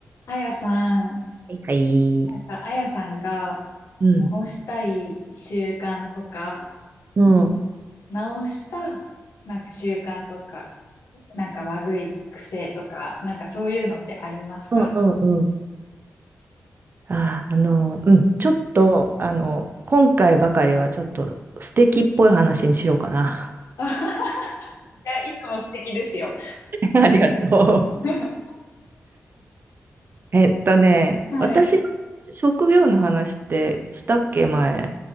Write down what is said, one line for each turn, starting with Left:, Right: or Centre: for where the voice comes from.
Left: あやさん、
Right: いはい。
Left: なんか、あやさんが直したい習慣とか、
Right: うん。うん。
Left: 直した、なんか習慣とか、なんか悪い癖とか、なんかそういうのってありますか
Right: うんうんうん。あー、あの、うん、ちょっと、あの、今回ばかりはちょっと素敵っぽい話にしようかな。
Left: あはは <laughs> いや、いつも素敵ですよ。
Right: <laughs> ありがとう。
Left: <laughs>
Right: えっとね、
Left: はい。
Right: 私の職業の話ってしたっけ、前。